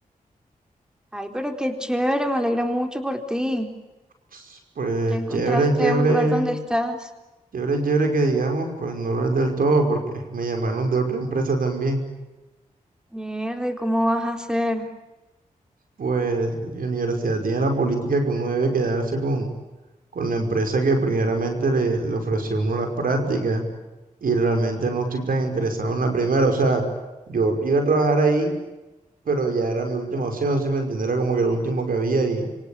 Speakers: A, in the centre; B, on the right.
A: Ay, pero qué chévere, me alegra mucho por ti.
B: Pues pues,
A: Ya encontraste
B: chévere, chévere,
A: un lugar donde estás.
B: chévere, chévere que digamos, pues no lo es del todo porque me llamaron de otra empresa también.
A: Mierda, ¿y cómo vas a hacer?
B: Pues mi universidad tiene la política que uno debe quedarse con, con la empresa que primeramente le, le ofreció a uno las prácticas y realmente no estoy tan interesado en la primera. O sea, yo iba a trabajar ahí pero ya era mi última opción, ¿sí me entiendes? Era como que lo último que había y